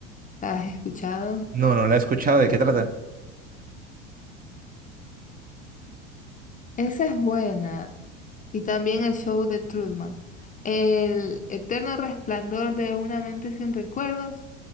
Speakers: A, on the left; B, on the right.
A: ¿La has escuchado?
B: No, no la he escuchado. ¿De qué trata?
A: Esa es buena. Y también el show de Truman. El eterno resplandor de una mente sin recuerdos,